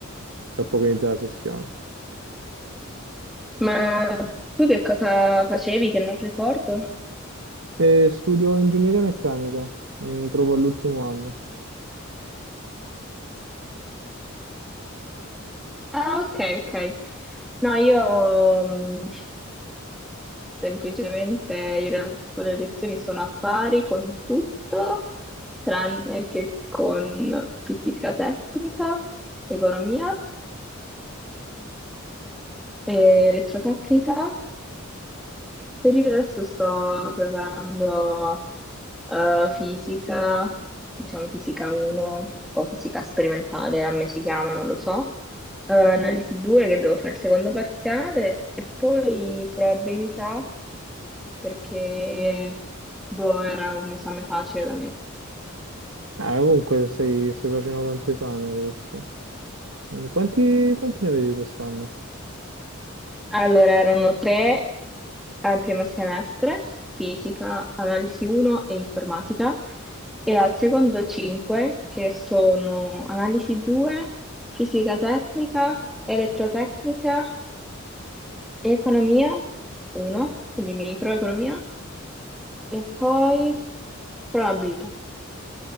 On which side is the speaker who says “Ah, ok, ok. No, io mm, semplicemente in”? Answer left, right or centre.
Centre